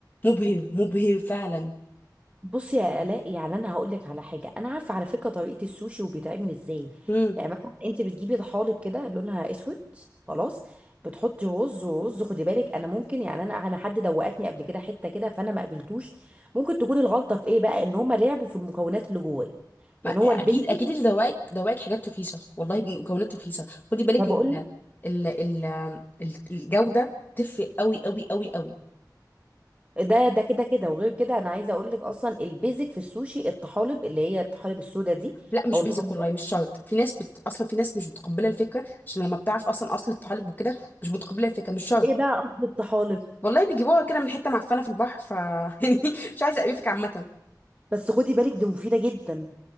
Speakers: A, on the left; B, on the right.
A: مبهر مبهر فعلا
B: بصي يا آلاء يعني انا هقول لك على حاجه انا عارفه على فكره طريقه السوشي وبيتعمل ازاي
A: امم
B: يعني مثلا انت بتجيبي طحالب كده لونها اسود خلاص بتحطي رز ورز خدي بالك انا ممكن يعني انا انا حد دوقتني قبل كده حته كده فانا ما قبلتوش ممكن تكون الغلطه في ايه بقى ان هم لعبوا في المكونات اللي جواه يعني هو
A: اكيد
B: البيزك
A: اكيد اللي دواك دواك حاجات رخيصه والله مكونات رخيصه خدي بالك
B: ما بقول
A: ال
B: لك
A: ال ال ال- الجوده تفرق قوي قوي قوي قوي
B: ده ده كده كده وغير كده انا عايزه اقول لك اصلا البيزك في السوشي الطحالب اللي هي الطحالب السودا دي
A: لا مش
B: او الخضراء
A: بيزك والله مش شرط في ناس بت... اصلا في ناس مش متقبله الفكره عشان لما بتعرف اصلا اصل الطالب وكده مش متقبله الفكره مش شرط
B: ايه بقى قصد الطحالب
A: والله بيجيبوها كده من حته معفنه في البحر ف <laughs> يعني مش عايزه اقرفك عامه
B: بس خدي بالك دي مفيده جدا